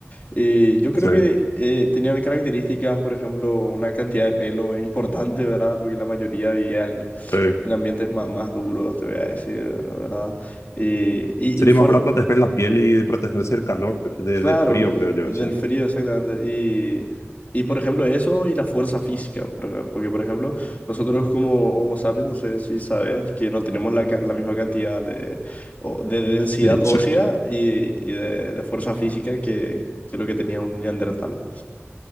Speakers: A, on the left; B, on the left.
A: Eh, yo creo
B: sí,
A: que eh, tenían características, por ejemplo, una cantidad de pelo importante, ¿verdad? Porque la mayoría vivía en,
B: sí.
A: en ambientes más, más duros, te voy a decir, ¿verdad? Eh, y,
B: Sería
A: y fuer-
B: mejor proteger la piel y protegerse del calor, pero- de-
A: claro,
B: del frío, creo yo,
A: del
B: eso.
A: frío, exactamente. Y, y, por ejemplo, eso y la fuerza física, ¿verdad? Porque, por ejemplo, nosotros como Homo sapiens, no sé si sabes, que no tenemos la, ca- la misma cantidad de, o- de densidad ósea
B: Sí.
A: y, y de, de fuerza física que, que lo que tenía un Neandertal.